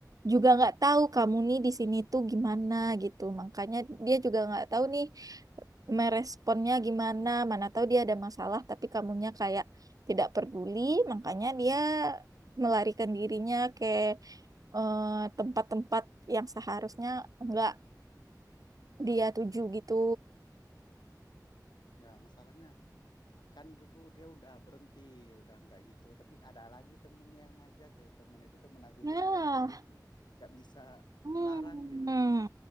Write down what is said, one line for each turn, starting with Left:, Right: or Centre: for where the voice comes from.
Right: juga nggak tahu kamu nih di sini tuh gimana gitu. Makanya dia juga nggak tahu nih meresponnya gimana mana tahu dia ada masalah tapi kamunya kayak tidak peduli makanya dia melarikan dirinya ke eh, tempat-tempat yang seharusnya enggak dia tuju gitu
Left: ya masalahnya kan dulu dia udah berhenti udah nggak gitu tapi ada lagi temen yang ngajak gitu temen itu temen aku
Right: ya
Left: juga jadi aku nggak bisa
Right: hmm,
Left: ngelarang gitu